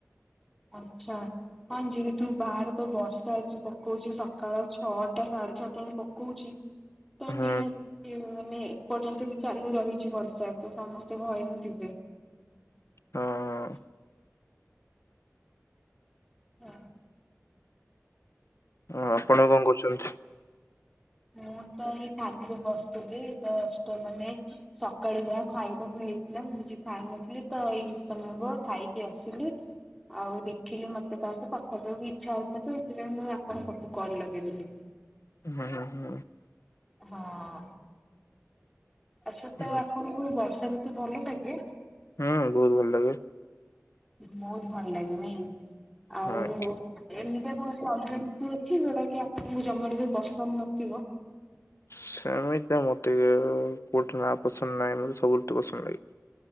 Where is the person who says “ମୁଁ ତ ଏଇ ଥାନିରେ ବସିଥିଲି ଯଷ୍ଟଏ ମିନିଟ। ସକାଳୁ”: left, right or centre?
Centre